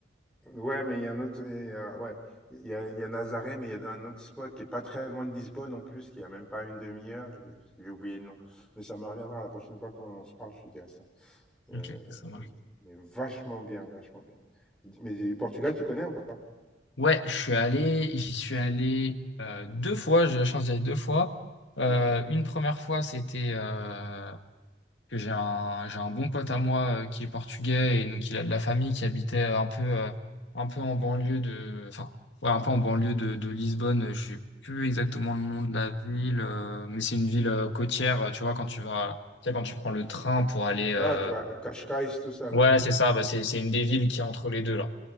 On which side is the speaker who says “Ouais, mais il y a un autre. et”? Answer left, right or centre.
Centre